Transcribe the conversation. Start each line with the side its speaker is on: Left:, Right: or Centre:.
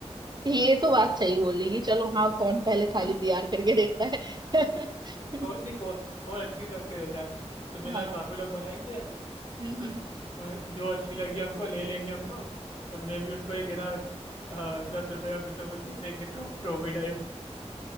Right: ये तो बात सही बोली कि चलो हाँ कौन पहले थाली
Left: <laughs>
Right: तैयार करके देता है
Left: स्कोर
Right: <laughs>
Left: नहीं को, स्कोर अच्छी करके देता है तो देना
Right: हाँ
Left: काफी लोग बनाएंगे <laughs>
Right: हम्म
Left: और जो अच्छी लगी हमको ले लेंगे हम लोग और मैं भी उसको एक है ना अ, दस रुपए का कुछ ना कुछ दे देंगे ट्रॉ, ट्रॉफी टाइप